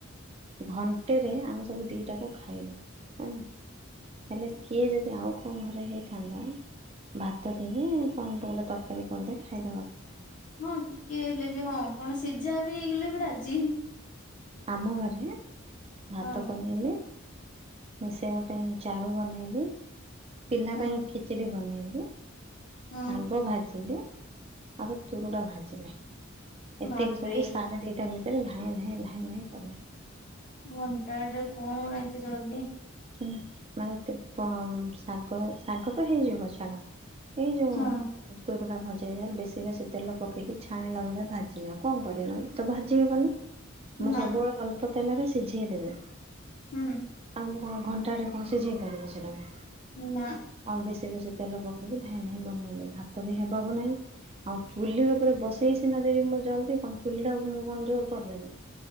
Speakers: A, on the right; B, on the left.
A: ଘଣ୍ଟେରେ ଆମେ ସବୁ ଦିଟାକୁ ଖାଇବୁ ହେଲା। ହେଲେ କିଏ ଯଦି ଆଉ କୋଉ ଘରେ ହେଇଥାନ୍ତା ଭାତ ଟେ କି କଣ ଟେ ଗୋଟେ ତରକାରୀ କରିଦେ ଖାଇଦବା। କଥା ନାହିଁ।
B: ହଁ ଟିକେ ହେଲେ ବି ହଁ କଣ ସିଜା ବି ହେଇଗଲେ ବି ରାଜି।
A: ଆମ ଘରେ ଭାତ
B: ହଁ
A: ବନେଇଲି। ମିଶେଙ୍କ ପାଇଁ ଚାରୁ ବନେଇଲି। ପିଲା
B: ହଁ।
A: ପାଇଁ ଖିଚଡ଼ି ବନେଇଲି।
B: ହଁ
A: ଶାଗ ଭାଜିଲି ଆଉ ତୁରୁଡା ଭାଜିଲି। ଏତିକି
B: ବାପରେ
A: ସବୁ ସାଢେ ଦିଟା ଭିତରେ ଧାଏଁ ଧାଏଁ ଧାଏଁ ଧାଏଁ କଲି।
B: ଘଣ୍ଟାଟେ କଣ ଏତେ ଜଲଦି।
A: ହେଲା ମାନେ ତେପନ ଶାଗ ଶାଗ ତ ହେଇଯିବ ଛାଡ। ଏଇ ଯୋଉ
B: ହଁ
A: <unintelligible> ଭଜା ଯାହେଲ ବେଶି ବେଶି ତେଲ ପକେଇକି ଛାଣିଲା ବେଳେ ଭାଜିଲି ଆଉ କଣ କରିବା ନହେଲେ ତ ଭାଜି ହବନି। ମୁଁ
B: ନା
A: ସବୁବେଳେ ଅଳ୍ପ ତେଲରେ ସିଝେଇ ଦେବି।
B: ହୁଁ।
A: ଆଉ କଣ ଘଣ୍ଟାରେ କଣ ସିଝେଇ ପାରିବି ସେଟାକୁ?
B: ନା।
A: ଆଉ ବେଶି ବେଶି ତେଲ ପକେଇକି ଧାଇଁ ଧାଇଁ ବନେଇଲିି। ଭାତ ବି ହେବାର ନାଇଁ। ଆଉ ଚୁଲି ଉପରେ ବସେଇ ସିନା ଦେବି ମୁଁ ଜଲଦି କଣ ଚୁଲି ଟାକୁ ମୁଁ କଣ ଜୋରେ କରିଦେବି।